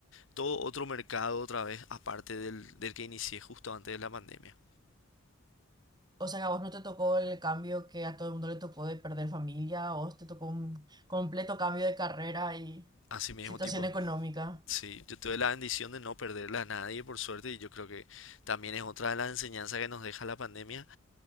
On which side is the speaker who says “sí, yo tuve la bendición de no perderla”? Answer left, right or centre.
Left